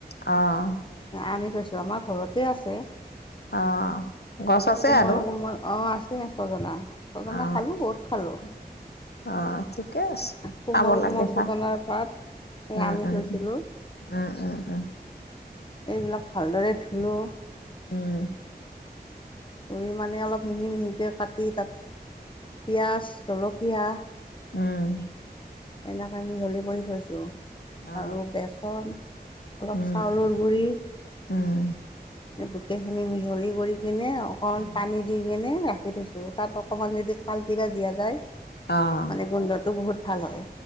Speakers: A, on the left; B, on the left.
A: অ'।
B: আনি থৈছোঁ আমাৰ ঘৰতে আছে।
A: অ গছ আছে
B: কোমল
A: আৰু
B: কোমল অ' <unintelligible> ছজনা ছজনা
A: অ
B: খালোঁ বহুত খালোঁ।
A: অ, ঠিকে আছে
B: কোমল
A: খাব লাগে
B: কোমল
A: ভাল
B: ছজনাৰ পাত এই
A: উম,
B: আনি
A: উম,
B: থৈছিলোঁ
A: উম। উম, উম, উম।
B: এইবিলাক ভালদৰে ধুলোঁ।
A: উম।
B: ধুই মানে অলপ মিহি মিহিকৈ কাটি তাত পিঁয়াজ জলকীয়া
A: উম।
B: তেনেক মিহলি কৰি থৈছোঁ
A: উম অ
B: আৰু বেচন অলপ
A: উম
B: চাউলৰ গুৰি।
A: উম
B: এইগোটেইখিনি মিহলি কৰি কিনে আৰু অকণমান
A: উম
B: পানী দি কিনে ৰাখি থৈছোঁ, তাত অকণমান যদি কালজিৰা দিয়া যায়।
A: অ'।
B: মানে গোন্ধটো বহুত ভাল হয়।